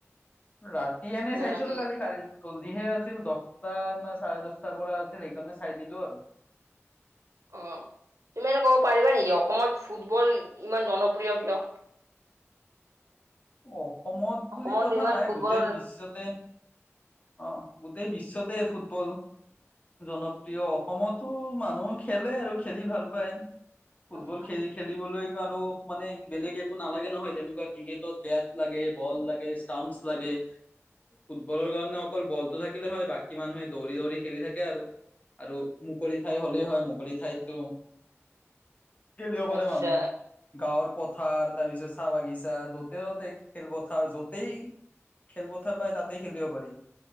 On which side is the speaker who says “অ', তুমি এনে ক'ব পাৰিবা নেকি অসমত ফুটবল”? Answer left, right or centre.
Right